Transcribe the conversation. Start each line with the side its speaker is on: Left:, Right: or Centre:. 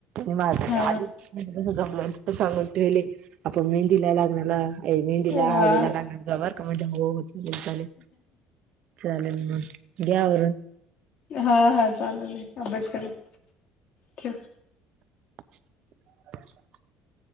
Right: माझ <inaudible>
Left: हा
Right: आधीच जमलं सांगून ठेवली आपण मेहंदीला लावायला मेंदीला
Left: वा
Right: हळदीला लागणार जवर काय म्हणता हो हो चालेल चालेल चालेल मग घ्या आवरून
Left: हा हा चालेल अभ्यास कर ठेव
Right: <inaudible>